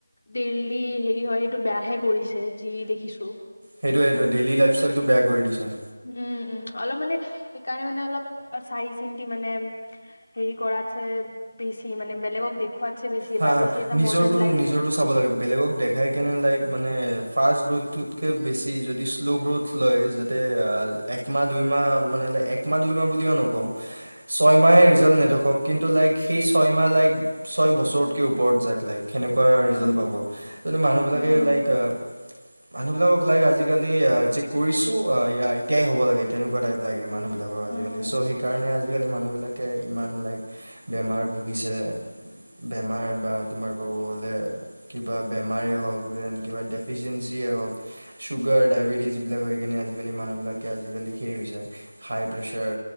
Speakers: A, on the left; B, on the right.
A: ডেইলি হেৰি হয়, সেইটো বেয়াহে কৰিছে যি দেখিছো।
B: সেইটোৱে সেইটোৱে ডেইলী লাইফষ্টাইলটো বেয়া কৰি দিছে।
A: উম, উম, অলপ মানে সেইকাৰণে মানে অলপ চাই-চিন্তি মানে হেৰি কৰাতছে বেছি মানে বেলেগক দেখুৱাতছে বেছি
B: হা
A: বা বেছি এটা
B: নিজৰটো
A: মডাৰ্ণ লাইফ
B: নিজৰটো চাব লাগে বেলেগক দেখাই কেনে লাইক মানে ফাষ্ট গ্ৰোথটোতকৈ বেছি যদি শ্ল' গ্ৰ'থ লয় যাতে একমাহ দুইমাহ মানে একমাহ দুইমাহ বুলিও নকওঁ ছয়মাহে ৰিজাল্ট নেদেখক কিন্তু লাইক সেই ছয় মাহ লাইক ছয় বছৰ ওপৰত যাক লাইক সেনেকোৱা
A: উম
B: ৰিজাল্ট
A: হম
B: পাব, মানুহবিলাকে
A: উম হম
B: লাইক এতিয়া মানুহবিলাকক লাইক আজিকালি যে কৰিছো য়া এতিয়াই হ'ব লাগে, তেনে কুৱা টাইপ লাগে মানুহবিলাকক
A: উম
B: আজিকালি
A: হম
B: ছ' সেই কাৰণে আজিকালি মানুহবিলাকে ইমান লাইক বেমাৰ ভুগিছে। বেমাৰ বা তোমাৰ ক'ব গ'লে কিবা বেমাৰেেই হওক যেন কিবা ডেফিচিয়েঞ্চিয়ে হওক। চুগাৰ ডায়বেটিছ এইবিলাক হৈ কিনে আজিকালি মানুহবিলাকে আজিকালি শেষ হৈছে। হাই প্ৰেছাৰ